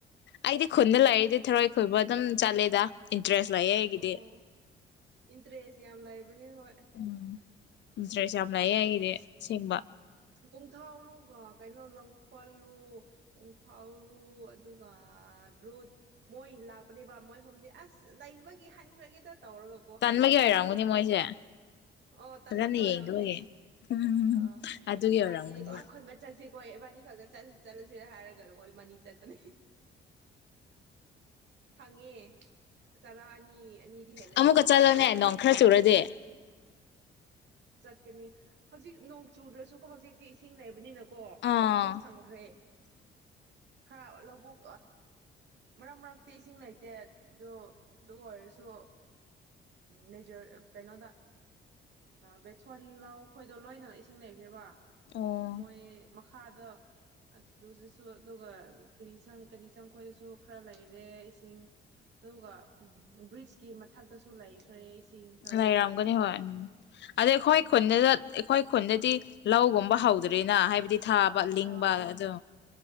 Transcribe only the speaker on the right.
ꯑꯣ ꯏꯟꯇꯔꯦꯁ ꯌꯥꯝ ꯂꯩꯕ ꯃꯅꯤ ꯍ
ꯀꯣꯡꯊꯥꯎꯔꯨꯒ ꯀꯩꯅꯣ ꯂꯪꯈꯣꯠꯂꯨ ꯀꯣꯡꯊꯥꯎꯔꯨ ꯑꯗꯨꯒ ꯔꯨꯠ ꯃꯣꯏ ꯂꯥꯛꯄꯅꯦꯕ ꯃꯣꯏ ꯍꯣꯝꯗꯤ ꯑꯁ ꯂꯩꯕꯒꯤ ꯍꯥꯏꯟꯈ꯭ꯔꯒꯦꯗ ꯇꯧꯔꯒꯀꯣ
ꯍꯟꯈ꯭ꯔꯦ
ꯑꯣ
ꯑꯣ ꯇꯥꯟꯃꯤ
ꯑꯣꯏꯔꯝꯅꯦ
ꯑꯥ
ꯏꯕꯥꯅꯤꯅꯦꯀꯣ
ꯑꯈꯟꯕ ꯆꯠꯁꯤ ꯍꯣꯏ ꯏꯕꯥꯅꯤ ꯈꯛꯇ ꯆꯠꯂꯁꯨ ꯆꯠꯂꯁꯤꯔꯥ ꯍꯥꯏꯔꯒꯅꯀꯣ ꯏꯕꯥꯅꯤ ꯆꯠꯄꯅꯦ ꯐꯪꯉꯦ ꯆꯔꯥ ꯅꯤꯗꯤ ꯍꯦꯂꯦꯗ
ꯆꯠꯀꯅꯤ ꯍꯧꯖꯤꯛ ꯅꯣꯡ ꯆꯨꯗ꯭ꯔꯁꯨꯀꯣ ꯍꯧꯖꯤꯛꯇꯤ ꯏꯁꯤꯡ ꯂꯩꯕꯅꯤꯅꯀꯣ ꯀꯣ
ꯑꯗꯨꯝ ꯐꯪꯈ꯭ꯔꯦ ꯈꯔ ꯂꯧꯕꯨꯛ ꯃꯔꯛ ꯃꯔꯛꯇꯤ ꯏꯁꯤꯡ ꯂꯩꯇꯦ ꯑꯗꯨ ꯑꯗꯨ ꯑꯣꯏꯔꯁꯨ ꯃꯦꯖꯔ ꯀꯩꯅꯣꯗ ꯕꯦꯊꯣꯟ ꯂꯥꯎ ꯈꯣꯏꯗꯣ ꯂꯣꯏꯅ ꯏꯁꯤꯡ ꯂꯩꯈ꯭ꯔꯦꯕ
ꯃꯣꯏ ꯃꯈ ꯊꯥꯗ ꯑꯗꯨꯗꯁꯨ ꯑꯗꯨꯒ ꯀꯔꯤ ꯁꯪ ꯀꯔꯤ ꯆꯪꯈꯣꯏꯗꯁꯨ ꯈꯔ ꯂꯔꯦ ꯏꯁꯤꯡ ꯑꯗꯨꯒ ꯕ꯭ꯔꯤꯖꯀꯤ ꯃꯊꯛꯇꯁꯨ ꯂꯩꯈ꯭ꯔꯦ ꯏꯁꯤꯡ ꯈꯔ
ꯑꯗꯨꯒꯤ
ꯑꯥ